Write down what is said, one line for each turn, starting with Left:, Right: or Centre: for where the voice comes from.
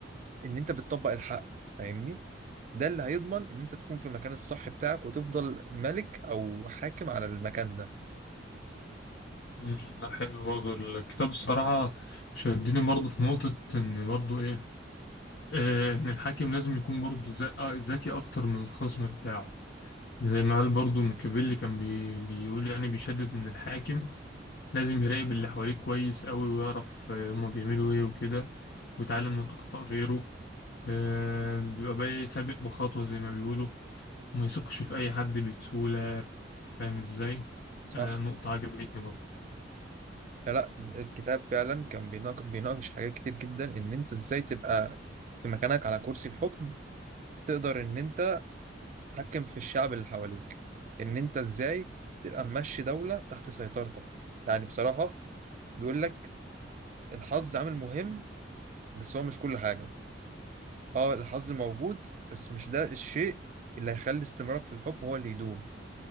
Right: إن أنت بتطبق الحق فاهمني ده اللي هيضمن ان انت تكون في المكان الصح بتاعك وتفضل ملك او حاكم على المكان ده
Left: امم، لا حلو برضه الكتاب الصراحة شدني برضه في نقطة إن برضه إيه آه، إن الحاكم لازم يكون برضه ذا- آه، ذكي أكتر من الخصم بتاعه زي ما قال برضه ميكافيلي كان بي بيقول يعني بيشدد إن الحاكم لازم يراقب اللي حواليه كويس أوي ويعرف آه، هما بيعملوا إيه وكده ويتعلم من أخطاء غيره آه، بيبقى بقى إيه، سابق بخطوة زي ما بيقولوا وما يثقش في أي حد بسهولة فاهم إزاي
Right: صح
Left: آه، نقطة عجبتني برضه
Right: لا لا الكتاب فعلا كان بيناقش, بيناقش حاجات كتير جدا ان انت ازاي تبقى في مكانك على كرسي الحكم تقدر ان انت تحكم في الشعب اللي حواليك ان انت ازاي تبقى ماشي دولة تحت سيطرتك يعني بصراحة بيقول لك الحظ عامل مهم بس هو مش كل حاجة اه الحظ موجود بس مش ده الشيء اللي هيخلي استمرارك في الحكم هو اللي يدوم